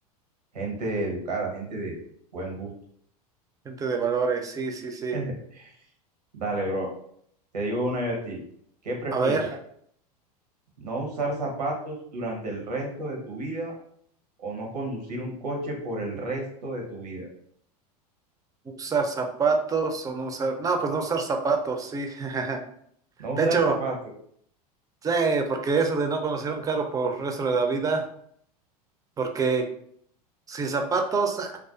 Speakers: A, on the right (about 90°); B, on the right (about 15°).
A: Gente educada, gente de buen gusto.
B: Gente de valores, sí, sí, sí.
A: <laughs> Dale, bro. Te digo una yo a ti. ¿Qué prefieres?
B: A ver,
A: ¿No usar zapatos durante el resto de tu vida o no conducir un coche por el resto de tu vida?
B: ¿usar zapatos o no usar? No, pues no usar zapatos, sí. <laughs>
A: No
B: De
A: usar
B: hecho.
A: zapatos.
B: Sí, porque eso de no conocer un carro por el resto de la vida, porque sin zapatos, ah,